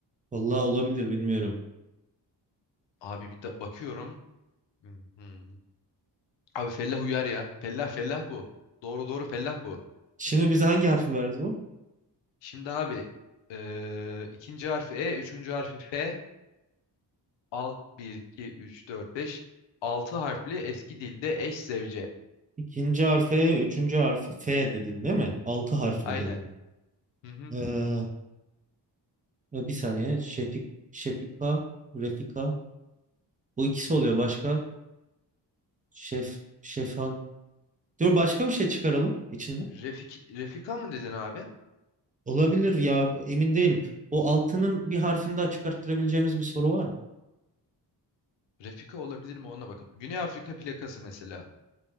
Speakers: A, on the right; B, on the left.
A: Vallahi olabilir bilmiyorum.
B: Abi bir da- bakıyorum. Hmm, hmm. Abi fellah uyar ya. Fellah fellah bu. Doğru doğru fellah bu.
A: Şimdi bize hangi harfi verdi bu?
B: Şimdi abi ee, ikinci harfi E, üçüncü harfi F. alt bir 2 3 4 5 6 harfli eski dilde eş zevce.
A: İkinci harfe, üçüncü harfi F dedin değil mi? Altı harfli
B: Aynen.
A: dedin.
B: Hı hı.
A: Ee, e, bir saniye. Şefik, Şefika, Refika. Bu ikisi
B: Hmm.
A: oluyor başka. Şef, Şefan. Dur başka bir şey çıkaralım içinde.
B: Refik Refika mı dedin abi?
A: Olabilir ya emin değilim. O altının bir harfini daha çıkarttırabileceğimiz bir soru var mı?
B: Refika olabilir mi ona bakın. Güney Afrika plakası mesela.